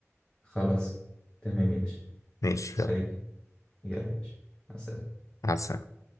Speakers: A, on the left; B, on the left.
A: خلاص تمام يا باشا
B: ماشي
A: حبيبي
B: يلا
A: يلا يا باشا مع السلامة
B: مع السلامة